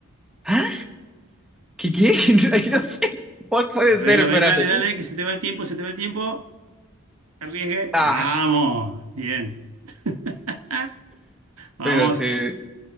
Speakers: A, in the centre; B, on the right (about 75°).
A: ¿Ah? ¿Qué, qué? <laughs> Ay, No sé. ¿Cuál puede
B: A ver,
A: ser? Espérate.
B: a ver, dale, dale, que se te va el tiempo, se te va el tiempo. Arriesgue.
A: Ah,
B: Vamos, bien. <laughs> Vamos.
A: Espérate.